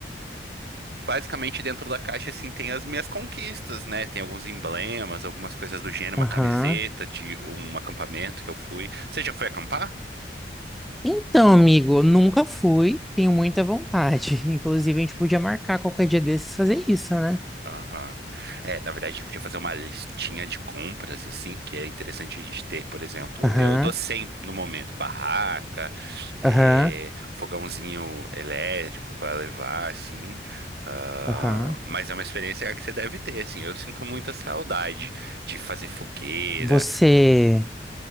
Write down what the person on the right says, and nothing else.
basicamente dentro da caixa, assim, tem as minhas conquistas, né? Tem alguns emblemas, algumas coisas do gênero, uma
camiseta de um acampamento que eu fui. Você já foi acampar?
Aham. É, na verdade, a gente podia fazer uma listinha de compras, assim, que é interessante a gente ter. Por exemplo,
eu tô sem, no momento, barraca, é,
fogãozinho elétrico para levar, assim. ah,
mas é uma experiência que você deve ter, assim. Eu sinto muita saudade de fazer fogueira,